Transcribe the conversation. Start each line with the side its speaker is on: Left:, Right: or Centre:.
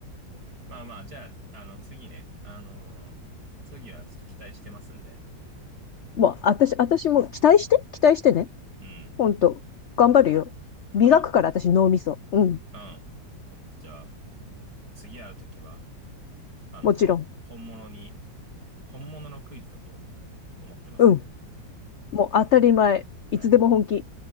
Right: まあまあ、じゃあ、あの、次ね。あのー次はちょっと期待してますんで。
Left: もう、私、私も期待して、期待してね。
Right: うん。
Left: ほんと、頑張るよ。磨くから、
Right: 頑張って。
Left: 私、脳みそ。うん、
Right: うん。ちょっとじゃあ、次会うときは、あの、
Left: もちろん。
Right: 本物に、本物のクイズだと思ってますんで。
Left: うん、もう当たり前。
Right: はい。はい。
Left: いつでも本気。